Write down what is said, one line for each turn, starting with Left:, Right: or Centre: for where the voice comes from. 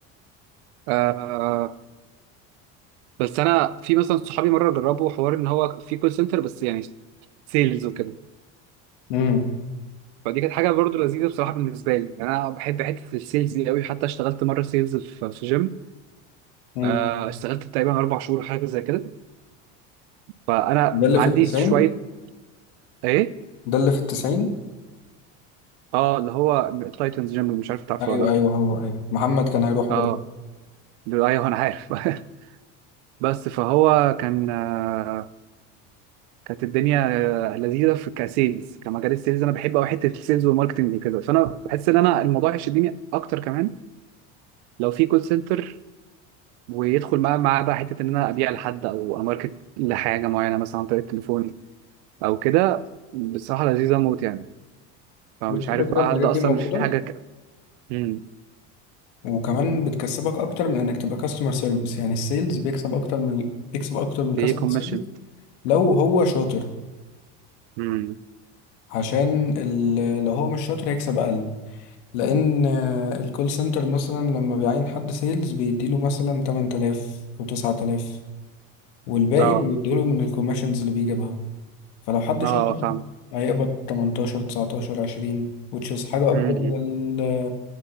Right: آه بس انا في مثلا صحابي مره جربوا حوار ان هو في كول سنتر بس يعني سيلز وكده
Left: امم
Right: فدي كانت حاجه برضو لذيذه بصراحه بالنسبه لي يعني انا بحب حته السيلز دي قوي حتى اشتغلت مره سيلز في في جيم
Left: امم
Right: آه اشتغلت تقريبا اربع شهور حاجه زي كده فانا
Left: ده اللي
Right: عندي
Left: في التسعين
Right: شويه ايه
Left: ده اللي في التسعين
Right: اه اللي هو تايتنز جيم مش عارف تعرفه
Left: ايوه
Right: ولا لا
Left: ايوه هو ايوه محمد كان هيروح
Right: اه
Left: برضه
Right: ايوه انا عارف <laughs> بس فهو كان آه، كانت الدنيا آه، لذيذه في كسيلز كمجال السيلز انا بحب قوي حته السيلز والماركتنج وكده فانا بحس ان انا الموضوع يشدني اكتر كمان لو في كول سنتر ويدخل معاه معاه بقى حته ان انا ابيع لحد او اماركت لحاجه معينه مثلا عن طريق التليفون او كده بصراحه لذيذه موت يعني فمش
Left: بص
Right: عارف
Left: كده كده
Right: بقى
Left: الحاجات
Right: هل ده
Left: دي
Right: اصلا
Left: موجودة
Right: مش في حاجه ك... امم
Left: وكمان بتكسبك اكتر من انك تبقى كاستمر سيرفيس يعني السيلز بيكسب اكتر من بيكسب اكتر من الكاستمر
Right: في كوميشن
Left: سيرفيس لو هو شاطر
Right: امم
Left: عشان ال... لو هو مش شاطر هيكسب اقل لان الكول سنتر مثلا لما بيعين حد سيلز بيديله مثلا 8000 او 9000 والباقي
Right: اه
Left: بيديله من الكوميشنز اللي بيجيبها فلو حد
Right: اه
Left: شاطر
Right: فاهم
Left: هيقبض 18 19 20 which is حاجة أكبر
Right: امم
Left: من ال